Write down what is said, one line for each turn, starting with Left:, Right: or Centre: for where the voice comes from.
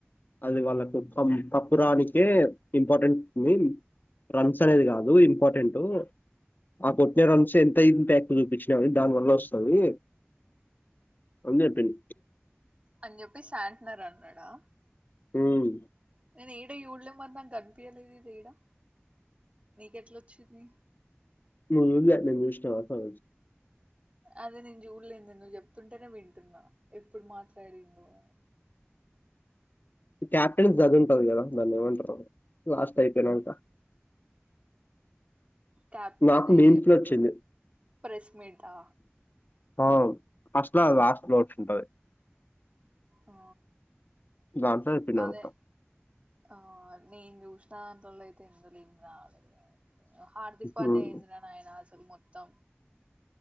Left: అది వాళ్ళకు కప్పురానికే ఇంపార్టెంట్ ఉంది రన్స్ అనేది కాదు ఇంపార్టెంట్ ఆ కొట్టిన రన్స్ ఎంతయింది ప్యాక్ చూపించినయి దాని వల్ల వస్తది అంతేపిన్
Right: అని చెప్పి శాంటనర్ అన్నాడా
Left: మ్మహ్
Right: నేను ఏడ చూడ్లే మరి నాకు కనిపియలేదు ఇది ఏడా నీకెట్లొచ్చింది
Left: <unintelligible> ఎప్పుడైనా చూష్ణవ
Right: అదే నేను జూడలేంద్ నువ్వు చెప్తుంటేనే వింటున్నా, ఎప్పుడు మాట్లాడిండో అన్
Left: కెప్టెన్కు అదుంటది కదా దాన్ని ఏమంటారు లాస్ట్ అయిపోయినాక
Right: క్యాప్
Left: నాకు
Right: అదే
Left: మీమ్సలోచ్చింది
Right: ప్రెస్ మీటా
Left: ఆ ఫస్ట్లా కాదు లాస్టల ఒకటి ఉంటది
Right: ఆ
Left: దాంట్ల జెప్పినాంతా
Right: అదే ఆ నేన్ చూసిన దాంట్లల్లో అయితే ఎం రాలేదు హార్దిక్ పాండ్య
Left: హ్మ్.
Right: ఏందిరా నాయన అసలు అసలు మొత్తం